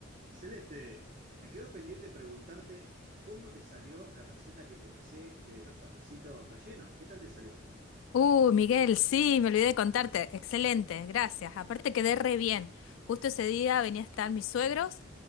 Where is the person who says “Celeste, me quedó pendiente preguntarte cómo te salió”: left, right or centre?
Right